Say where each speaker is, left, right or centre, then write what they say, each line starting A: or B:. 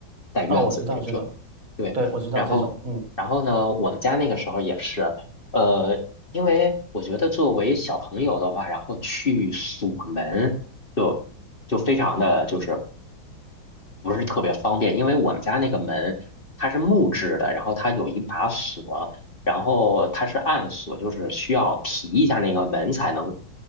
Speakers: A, on the left; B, on the right.
A: 带院子那种。
B: 啊，我知道这个，
A: 对，
B: 对，我知道这种。
A: 然后然后呢，
B: 嗯
A: 我们家那个时候也是，呃，因为我觉得作为小朋友的话，然后去锁门就就非常的就是。不是特别方便，因为我们家那个门它是木质的，然后它有一把锁，然后它是暗锁，就是需要提一下那个门才能